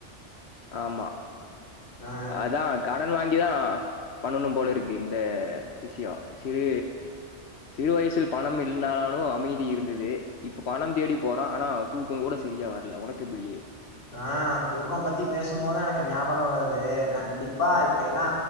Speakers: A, on the left; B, on the left.
A: ஆமா
B: ஆ
A: அதா கடன் வாங்கிதா பண்ணனும் போல இருக்கு இந்த விஷ்யொ சிறு சிறு வயசில் பணம் இல்னானாலு அமைதி இருந்தது இப்ப பணம் தேடி போறோ ஆனா தூக்கங்கூட சரியா வர்ல ஒனக்கெப்புடி?
B: ஆ தூக்கம் பத்தி பேசும்போதா எனக்கு ஞாபக வருது கண்டிப்பா இப்ப எல்லா